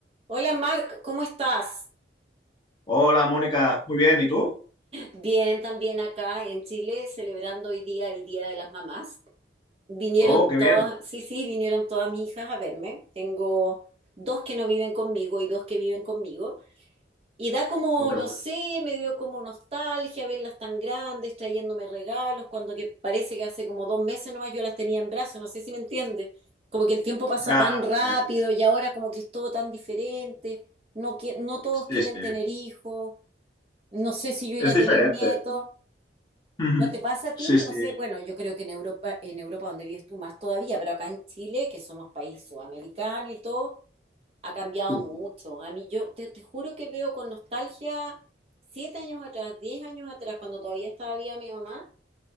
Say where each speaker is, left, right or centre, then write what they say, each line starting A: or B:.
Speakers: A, on the right; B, on the left.
A: Hola Marc, ¿cómo estás?
B: Hola, Mónica. Muy bien. ¿Y tú?
A: Bien, también acá en Chile, celebrando hoy día el Día de las Mamás. Vinieron
B: Oh, qué
A: todas,
B: bien.
A: sí, sí, vinieron todas mis hijas a verme. Tengo dos que no viven conmigo y dos que viven conmigo. Y da como,
B: Oh, qué
A: no
B: bueno.
A: sé, me dio como nostalgia verlas tan grandes, trayéndome regalos, cuando que parece que hace como dos meses nomás yo las tenía en brazos, no sé si me entiendes. Como que el tiempo pasa
B: Ya,
A: tan rápido
B: ya, ya, ya.
A: y ahora como que es todo tan diferente. No, qui- no todos
B: Sí,
A: quieren
B: sí.
A: tener hijos No sé si yo iré
B: Es
A: a
B: diferente.
A: tener nietos.
B: Ujú.
A: ¿No te pasa a ti?
B: Sí, sí.
A: No sé. Bueno, yo creo que en Europa, en Europa donde vives tú más todavía, pero acá en Chile, que somos país sudamericano y todo, ha cambiado
B: Sí,
A: mucho.
B: sí.
A: A mí yo te, te juro que veo con nostalgia siete años atrás, diez años atrás, cuando todavía estaba viva mi mamá,